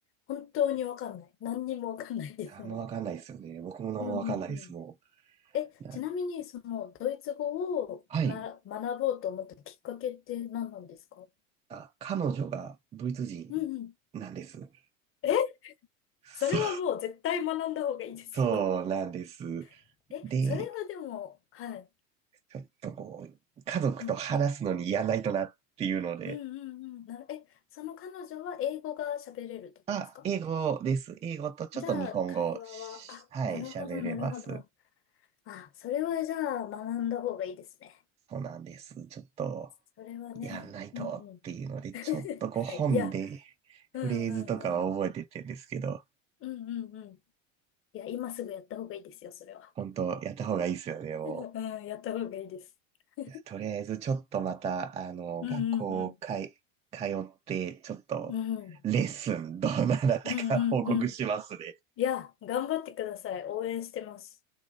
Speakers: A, on the left; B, on the right.
A: 本当にわかんない。何にもわかんないですね。
B: 何もわかんないですよね。僕も何もわかんないです、
A: うんうんうん。
B: も
A: え、
B: う。な
A: ちなみにそのドイツ語をなら学ぼうと思ったきっかけって何なんですか
B: はい。あ、彼女がドイツ人なんです。
A: うんうん。え
B: そう、
A: それはもう絶対学んだ方がいいですよ。
B: <laughs> そうなんです。
A: <laughs> え、
B: で、
A: それはでも、はい。
B: ちょっとこう、家族と話すのにやらないとなっていうので、
A: うん。うんうんうん。なる、え、その彼女は英語が喋れるとかですか
B: あ、英語です。英語とちょっと日本語をし、
A: じゃあ、会話は、あ、
B: はい、
A: なるほど、
B: 喋れます。
A: なるほど。あ、それはじゃあ、学んだ方がいいですね。
B: そうなんです。ちょっと、
A: それはね、
B: やんないとっていうので、
A: うんうん。<laughs>
B: ちょっとこう本で
A: いや、
B: フレーズとかは覚えてってんですけど、
A: うんうんうん。うんうんうん。いや、今すぐやった方がいいですよ、それは。
B: 本当やった方がいいですよね、
A: <laughs>
B: も
A: うん、やった方がいいです。<laughs>
B: う。いや、とりあえずちょっとまた、あの、
A: うんうんうん。
B: 学校かい、通って、ちょっと、
A: うん。
B: レッスン、どうなったか報告しますね。
A: うんうんうん。いや、頑張ってください。応援してます。